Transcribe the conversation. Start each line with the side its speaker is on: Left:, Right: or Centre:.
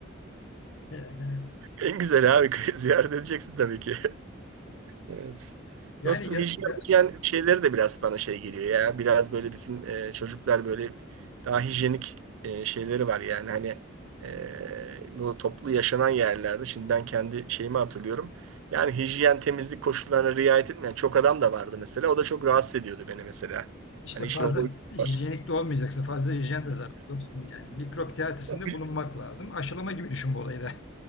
Left: <laughs>
Right: En güzel abi <laughs> ziyaret edeceksin tabii ki. Evet.
Left: Yani
Right: Dostum
Left: ya,
Right: hijyen,
Left: ya
Right: hijyen şeyleri de biraz bana şey geliyor ya. Biraz böyle bizim e, çocuklar böyle daha hijyenik e, şeyleri var yani. Hani e, bu toplu yaşanan yerlerde şimdi ben kendi şeyimi hatırlıyorum. Yani hijyen temizlik koşullarına riayet etmeyen çok adam da vardı mesela. O da çok rahatsız ediyordu beni mesela.
Left: işte
Right: Hani
Left: fazla
Right: işin o boyutu
Left: hijyenik
Right: var.
Left: de olmayacaksın. Fazla hijyen de zaten dostum yani. Mikrop teatisinde
Right: <laughs>
Left: bulunmak lazım. Aşılama gibi düşün bu olayı da.